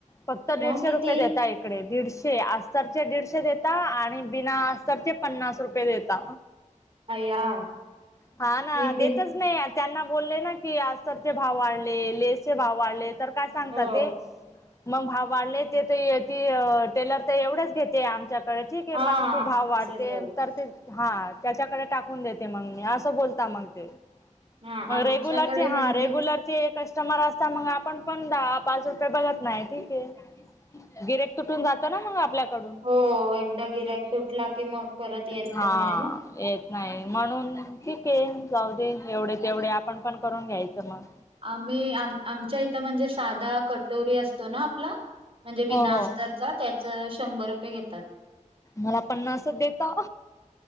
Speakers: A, on the left (about 25°); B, on the right (about 45°).
A: फक्त दीडशे
B: मग किती
A: रुपय देतायत कडे दीडशे अस्तरचे दीडशे देता आणि बिना अस्तरचे पन्नास रुपये देता
B: अय्या
A: हा ना
B: मी बिन
A: देतच नाही त्यांना बोलले ना की अस्तरचे भाव वाढले लेसचे भाव वाढलेत तर काय सांगता
B: हो.
A: ते मग भाव वाढले ते तर ती टेलर तर एवढेच घेते आ च्याकडे ठीक आहे
B: हा
A: मग तू भाव
B: तसेच
A: वाढते
B: बोलतात
A: तर ते हा त्याच्याकडे टाकून देते मग मी असं बोलता मग ते
B: हा
A: मग
B: आमच्याकडे
A: रेग्युलरचे
B: म्हणजे
A: हा रेग्युलर ते कस्टमर असता मग आपण पण दहा पाच रुपये बघत नाही ठीके गिराहिक तुटून जातो ना मग आपल्याकडून.
B: हो एकदा गिरायक सुटला की मग परत येत
A: हा..
B: पण नाही ना.
A: येत नाही म्हणून ठीक आहे जाऊ दे एवढे तेवढे आपण पण करून घ्यायचं मग
B: आम्ही आमच्या इथं म्हणजे साधा कटोरी असतो ना आपला म्हणजे
A: हो
B: बिनास्तरचा
A: हो
B: त्याच शंभर रुपये घेतात..
A: मला पन्नास देता..